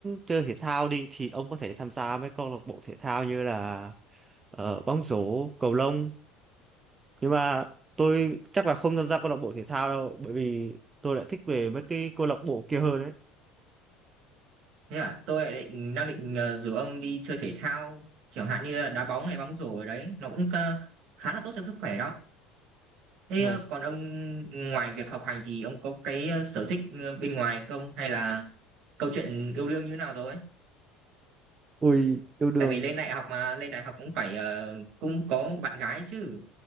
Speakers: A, on the right; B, on the right.
A: chơi thể thao đi thì ông có thể tham gia mấy câu lạc bộ thể thao như là ờ, bóng rổ cầu lông nhưng mà tôi chắc là không tham gia câu lạc bộ thể thao đâu bởi vì tôi lại thích về mấy cái câu lạc bộ kia hơn đấy
B: Thế à, tôi lại định đang định ờ, rủ ông đi chơi thể thao, chẳng hạn như là đá bóng hay bóng rổ ở đấy, nó cũng ờ, khá là tốt cho sức khỏe đó. Thế
A: Ờ,
B: ờ, còn ông ngoài việc học hành thì ông có cái ờ, sở thích ờ, bên ngoài không hay là câu chuyện yêu đương như thế nào rồi?
A: ui yêu đương
B: Tại vì lên đại học mà lên đại học cũng phải ờ, cũng có bạn gái chứ,